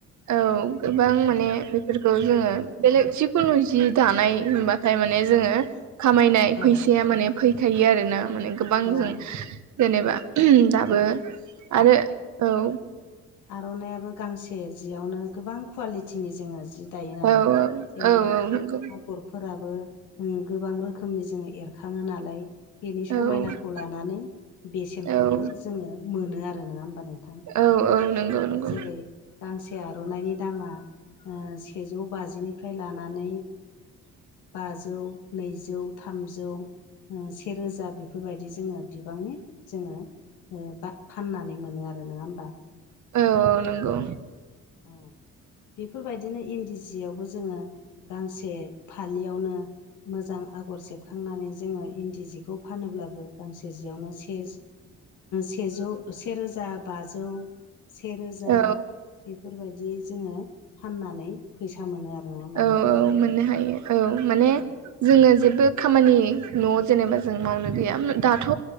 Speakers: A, on the right (about 70°); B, on the left (about 85°).
A: औ गोबां माने बेफोरखौ जोङो बेलेग जिखुनु जि दानाय होनबा ओमफ्राय माने जोङो खामायनाय
B: औ
A: फैसाया माने फैखायो आरोना माने गोबां
B: औ
A: जों जेनेबा
B: औ
A: दाबो आरो औ
B: आर'नाइयाबो गांसे जियावनो गोबां कुवालिटिनि जोङो जि दायो नालाय
A: औ
B: जेनेबा
A: औ औ नंगौ
B: आगर फोराबो गोबां रोखोमनि जोङो एरखाङो नालाय बेनि समायनाखौ
A: औ
B: लानानै बेसेनखौबो
A: औ
B: जोङो मोनो आरो नङा होमबा नोंथां दा
A: औ औ नंगौ नंगौ
B: जेरै गांसे आर'नायनि दामा सेजौ बाजि निफ्राय लानानै बाजौ नैजौ थामजौ सेरोजा बेफोरबायदि जोङो बिबांनि जोङो बा फाननानै मोनो आरो नङा होमबा
A: औ औ नंगौ
B: औ बेफोरबायदिनो इन्दि सियावबो जोङो गांसे फालियावनो मोजां आगर सेबखांनानै जोङो इन्दि जि खौ फानोब्लाबो गांसे जियावनो से सेजौ सेरोजा बाजौ सेरोजा
A: औ
B: बेफोरबायदि जोङो फाननानै फैसा मोनो आरो नङा होमबा
A: औ औ
B: नोंथां
A: मोननो हायो औ माने
B: औ
A: जोङो जेबो खामानि न'आव जेनेबा जों मावनो गैया दाथ'